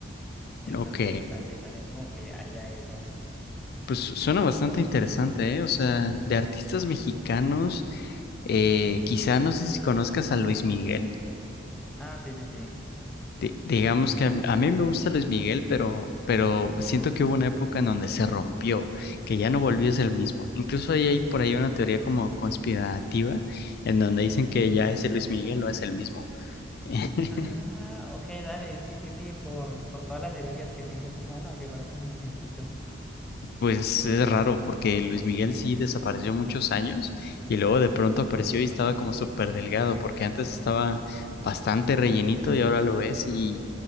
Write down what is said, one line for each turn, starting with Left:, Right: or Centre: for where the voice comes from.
Centre: Entonces,
Left: ok.
Centre: dale, también supongo que haría eso.
Left: Pues su- suena bastante interesante, ¿eh? O sea, de artistas mexicanos, eh, quizá no sé si conozcas a Luis Miguel.
Centre: Ah, sí, sí, sí.
Left: Di- digamos que a, a mí me gusta Luis Miguel, pero, pero siento que hubo una época en donde se rompió, que ya no volvió a ser el mismo. Incluso ahí hay por ahí una teoría como conspirativa, en donde dicen que ya ese Luis Miguel no es el mismo. <laughs>
Centre: Ah, ok, dale, sí, sí, sí, por, por todas las cirugías que tiene encima, ¿no? Que parece un muñequito.
Left: Pues es raro, porque Luis Miguel sí desapareció muchos años y luego de pronto apareció y estaba como súper delgado, porque antes estaba bastante rellenito y ahora lo ves y,